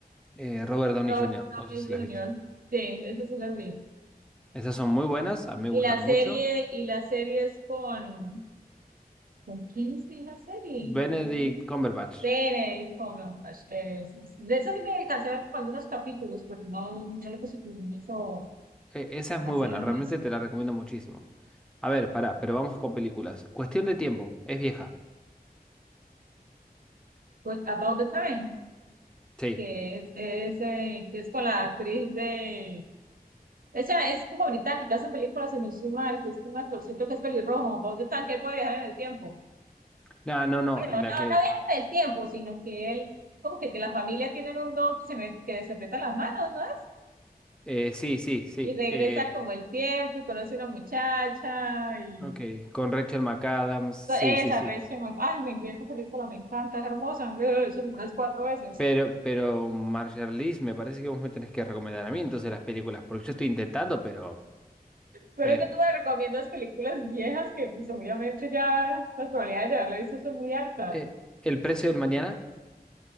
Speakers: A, in the centre; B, on the right (about 60°).
A: eh, Robert Downey
B: Robert
A: Jr., no sé
B: Downey
A: si
B: Jr.
A: las viste.
B: Sí, eso sí lo vi.
A: Esas son muy buenas, a mí me
B: Y
A: gustan
B: la
A: mucho.
B: serie, y la serie es con, ¿con quién es que es la serie?
A: Benedict
B: No sé.
A: Cumberbatch.
B: Benedict Cumberbatch, eh, sí, sí. De eso sí me alcancé a ver como algunos capítulos, pero no, no le puse como mucho
A: E- Esa es muy
B: a hacerme
A: buena, realmente te la recomiendo muchísimo. A ver, pará, pero vamos con películas. Cuestión de tiempo, es vieja.
B: About the Time.
A: Sí.
B: que es, es, eh, que es con la actriz de... Ella es como británica, hace películas, si no estoy mal, que es como un actorcito que es pelirrojo, Paul de Tan, que él puede viajar en el tiempo.
A: No, no, no,
B: Bueno,
A: la
B: no, no
A: que...
B: viaja en el tiempo, sino que él, como que la familia tienen un don que se, me, que se peta las manos, ¿no es?
A: eh, sí, sí, sí.
B: Y regresa
A: eh,
B: como el tiempo y conoce una muchacha y...
A: ok, con Rachel McAdams, sí,
B: Esa,
A: sí, sí.
B: Rachel, Mc- ay, me esa película, me encanta, es hermosa, me la he visto como unas cuatro veces.
A: Pero, pero Marjarlis, me parece que vos me tenés que recomendar a mí entonces las películas, porque yo estoy intentando, pero...
B: Pero
A: eh,
B: es que tú me recomiendas películas viejas que pues obviamente ya las probabilidades de haberla visto son muy altas.
A: eh, El precio del mañana,